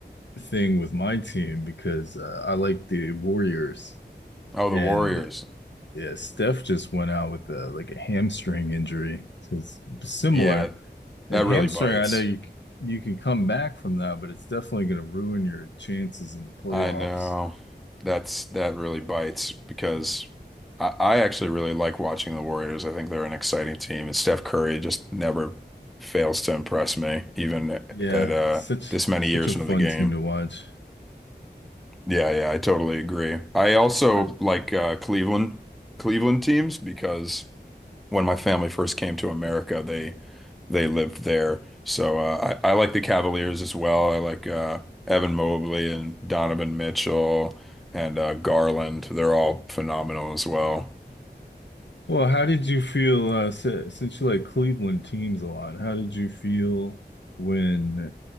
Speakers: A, on the left (about 85°); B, in the centre.
A: thing with my team because uh, I like the Warriors,
B: Oh,
A: and
B: the Warriors.
A: yeah, Steph just went out with a, like a hamstring injury. So It's similar.
B: Yeah, that
A: A hamstring,
B: really bites.
A: I know you c- you can come back from that, but it's definitely going to ruin your chances in the playoffs.
B: I know. That's that really bites because I, I actually really like watching the Warriors. I think they're an exciting team, and Steph Curry just never fails to impress me, even
A: Yeah,
B: at uh,
A: such
B: this many
A: such
B: years
A: a fun
B: into the game.
A: team to watch.
B: Yeah, yeah, I totally agree. I also
A: I,
B: like uh, Cleveland Cleveland teams because. when my family first came to America, they they lived there. So uh, I, I like the Cavaliers as well. I like uh, Evan Mobley and Donovan Mitchell and uh, Garland. They're all phenomenal as well.
A: Well, how did you feel uh, si- since you like Cleveland teams a lot? How did you feel when,